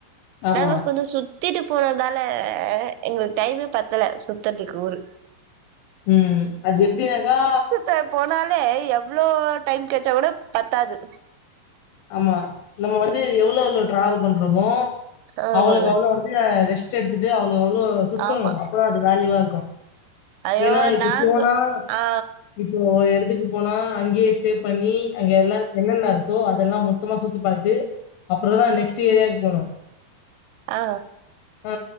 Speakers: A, on the left; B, on the right.
A: ஆமா.
B: நாங்க கொஞ்சொ சுத்திட்டு போனதால எங்களுக்கு டைமே பத்தல சுத்தறதுக்கு ஊரு
A: ம் அது எப்டினாக்கா
B: ட்ட போனாலே எவ்ளோ டைம் கெச்சா கூட பத்தாது
A: ஆமா நம்ம வந்து எவ்வளோவுள்ளவு டிராவல் பண்றோமோ
B: ஆமாங்க
A: அவளுக்கு அவ்ளோ வந்து ஃபுள்ளா ரெஸ்ட் எடுத்துட்டு அவுளோக்கு அவுளோ சுத்தணு
B: ஆமா
A: அப்பதா அது வேல்யூவா இருக்கூ
B: ஐயோ
A: ஏன்னா இப்ப
B: நாங்க
A: போனா
B: ஆ
A: இப்போ ஒரு எடத்துக்கு போனா அங்கேயே ஸ்டே பண்ணி அங்க எல்லாம் என்னென்ன இருக்கோ அத அதெல்லாம் மொத்தமா சுத்தி பாத்து அப்புறோ தா நெக்ஸ்ட் ஏரியாக்கு போணு
B: ஆ
A: ஆ